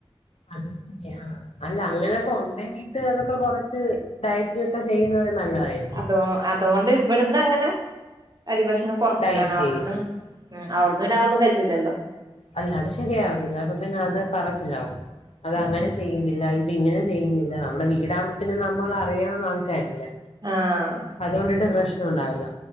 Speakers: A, on the left; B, on the right.
A: അത് ശരി ആഹ് അല്ല അങ്ങനക്കെ ഉണ്ടെങ്കീട്ട് അതൊക്കെ കോറച്ച് ഡയറ്റ് ക്കെ ചെയ്യുന്നത് നല്ലതായിരി
B: അതോ അതുകൊണ്ട് ഇവിടുന്ന് അങ്ങനെ അരിഭക്ഷണം കൊറക്കലാണ്
A: ഡയറ്റ്
B: അവിടെന്ന്
A: ചെയ്യും
B: ഉം അവിടന്ന ഉണ്ടാവൊന്നും കയിച്ചുല്ലലോ
A: അല്ല അത് ശരിയാവത്തില്ല അപ്പൊ പിന്നെ അത് പറച്ചിലാവും അത്
B: ഉം
A: അങ്ങനെ ചെയ്യുന്നില്ല ഇത് ഇങ്ങനെ ചെയ്യുന്നില്ല നമ്മടെ വീടാവും പിന്ന നമ്മൾ അറിയാവുന്ന ആൾക്കാരില്ലേ
B: ആഹ്
A: അതുകൊണ്ടിട്ട് പ്രശ്നം ഉണ്ടാവില്ല